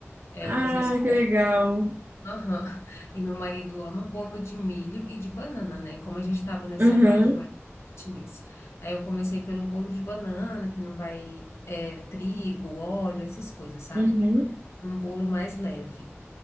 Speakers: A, on the left (about 70°); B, on the right (about 45°).
A: Eh,
B: Ah,
A: não sei se tu
B: que
A: gosta.
B: legal.
A: Aham. E meu marido ama bolo de milho e de banana, né? Como a gente estava nessa
B: Uhum,
A: vibe mais fitness. Aí eu comecei pelo bolo de banana, que não vai é, trigo, óleo, essas coisas, sabe?
B: uhum.
A: Um bolo mais leve.